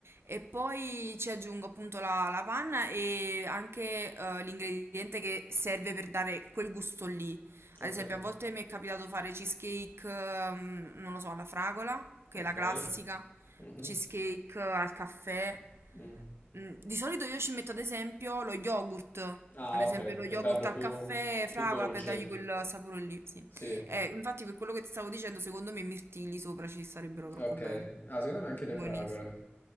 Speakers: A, on the right; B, on the left.
A: E poi ci aggiungo appunto la, la panna e anche eh, l'ingrediente che serve per dare quel gusto lì. Ad
B: Ok,
A: esempio, a volte mi è capitato fare cheesecake, ehm, non lo so, alla fragola, che
B: ok.
A: è la classica,
B: Mhm.
A: cheesecake al caffè.
B: Mm.
A: Mm, Di solito io ci metto ad esempio lo yogurt,
B: Ah,
A: ad esempio
B: ok,
A: lo yogurt
B: per darlo
A: al
B: più,
A: caffè, fragola
B: più dolce.
A: per dargli quel sapore lì, sì.
B: Sì,
A: Eh, infatti per quello che ti stavo dicendo, secondo me i mirtilli sopra ci starebbero troppo
B: ok.
A: bene.
B: Ah, secondo me anche le
A: Buonissimo.
B: fragole.